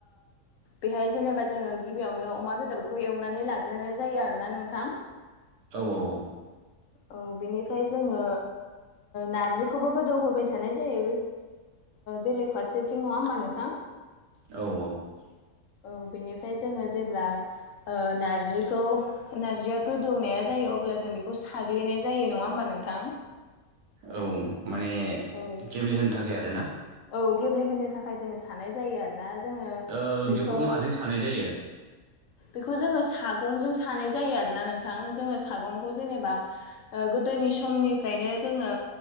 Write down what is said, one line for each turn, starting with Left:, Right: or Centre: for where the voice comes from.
Left: बेहाय जेनेबा जोङो गिबियावनो अमा बेदरखौ एवनानै लाग्रोनाय जायो आरोना नोंथां
Right: औ औ
Left: औ बेनिफ्राय जोङो नारजिखौबो गोदौ होबाय थानाय जायो बेलेग फारसेथिं नङा होमबा नोंथां
Right: औ औ
Left: औ बेनिफ्राय जोङो जेब्ला नारजिखौ नारजिया गोदौनाया जायो जायो अब्ला जों बेखौ साग्लिनाय जायो नङा होमबा नोंथां
Right: औ माने
Left: औ
Right: गेबलि होनो थाखाय आरोना
Left: औ गेब्लेहोनो थाखाय जोङो साननाय जायो आरो ना जोङो
Right: ओ
Left: बेखौ
Right: माजों सानाय जायो
Left: बेखौ जोङो सागंजों सानाय जायो आरोना नोंथां जोङो सागंखौ जेनेबा गोदोनि समनिफ्रायनो जोङो